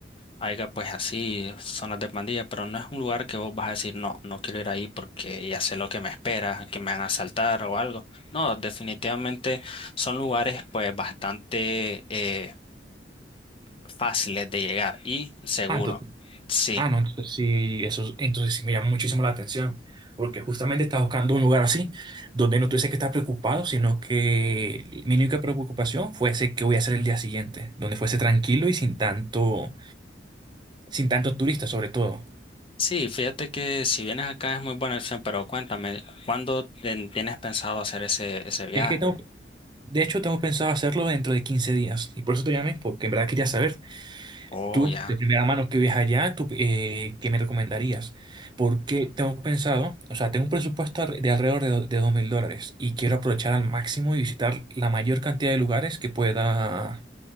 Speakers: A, on the left (about 30°); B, on the right (about 25°).
A: haya pues así, zonas de pandilla, pero no es un lugar que vos vas a decir, no, no quiero ir ahí porque ya sé lo que me espera, que me van a asaltar o algo. No, definitivamente son lugares pues bastante... eh, fáciles de llegar y seguro.
B: Ah,
A: Sí,
B: Ah, no, entonces sí, eso, entonces sí me llama muchísimo la atención, porque justamente estaba buscando un lugar así, donde no tuviese que estar preocupado, sino que mi única preocupación fuese qué voy a hacer el día siguiente, donde fuese tranquilo y sin tanto, sin tantos turistas sobre todo.
A: sí, fíjate que si vienes acá es muy buena opción, pero cuéntame, ¿cuándo ten- tienes pensado hacer ese, ese viaje?
B: Es que tengo, de hecho tengo pensado hacerlo dentro de 15 días, y por eso te llamé, porque en verdad quería saber
A: Oh,
B: Tú,
A: ya.
B: de primera mano que vives allá, tú, eh, ¿qué me recomendarías? Porque tengo pensado, o sea, tengo un presupuesto al- de alrededor de, do- de dos mil dólares y quiero aprovechar al máximo y visitar la mayor cantidad de lugares que pueda